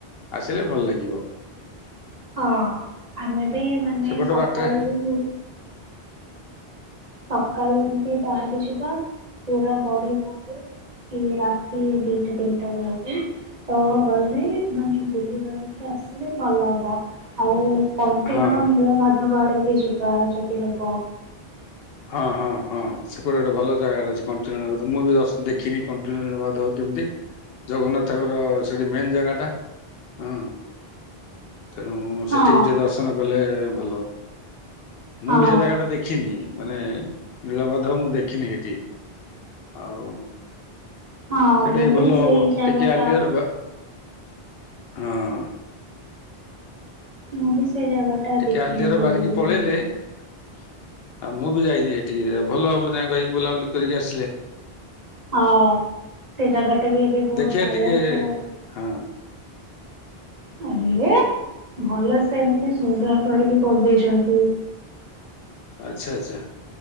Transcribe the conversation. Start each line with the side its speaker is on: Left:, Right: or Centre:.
Left: ଆସିଲେ ଭଲ ଲାଗିବ।
Right: ହଁ ଆମେ ବି ମାନେ
Left: ସେପଟ
Right: ସକାଳୁ
Left: ବାଟରେ
Right: ସକାଳୁ ଏମିତି ବାହାରି ଯିବା ପୁରା ବଢି ଭୋରୁ କି ରାତି ଦିଟା ତିନିଟା ବେଳକୁ ତ ଗଲେ ମାନେ ବୁଲିିବାଲିକି ଆସିଲେ ଭଲ ହବ ଆଉ କଣ୍ଟିିଲୋ
Left: ହଁ
Right: ନୀଳମାଧବ ଆଡେ ଟିକେ ଯିବା ଯଦି ହବ।
Left: ହଁ-ହଁ-ହଁ। ସେପଟେ ଗୋଟେ ଭଲ ଜାଗାଟେ ଅଛି କଣ୍ଟିଲୋ ନୀଳମାଧବ। ମୁଁ ବି ଦଶ୍ ଦେଖିନି କଣ୍ଟିଲୋ ନୀଳମାଧବ କେମତି? ଜଗନ୍ନାଥଙ୍କର ସେଠି ମେନ୍ ଜାଗାଟା। ହଁ। ତେଣୁ
Right: ହଁ।
Left: ସେଠି ବି ଟିକେ ଦର୍ଶନ କଲେ ଭଲ। ମୁଁ
Right: ହଁ
Left: ବି ସେ ଜାଗାଟା ଦେଖିନି। ମାନେ ନୀଳମାଧବ ମୁଁ ଦେଖିନି ସେଠି। ଆଉ
Right: ହଁ
Left: ସେଟା
Right: ମୁଁ
Left: ବି ଭଲ
Right: ସେଇ
Left: ହବ।
Right: ଜାଗା
Left: ଟିକେ ଆର୍ଲିଅର
Right: ଟା
Left: ବା ହଁ।
Right: ମୁଁ ବି। ସେ ଜାଗା ଟା
Left: ଟିକେ
Right: ଦେଖିନି
Left: ଆଲିଆର
Right: କେବେ
Left: ବାରିକି
Right: ବି।
Left: ପଳେଇଲେ <inaudible> ଆଉ ମୁଁ ବି ଯାଇନି ସେଠିକି। ଭଲ ହବ ଯାଇ କି ବୁଲାବୁଲି କରିକି ଆସିଲେ।
Right: ହଁ ସେ ଜାଗା ଟା ବି ଏବେ ବହୁତ
Left: ଦେଖିବା
Right: ଭଲ
Left: ଟିକେ
Right: ସେ
Left: ହଁ
Right: ଆରେ ଭଲ ସେମିତି ସୁନ୍ଦର କରିକି କରିଦେଇଛନ୍ତି।
Left: ଆଚ୍ଛା ଆଚ୍ଛା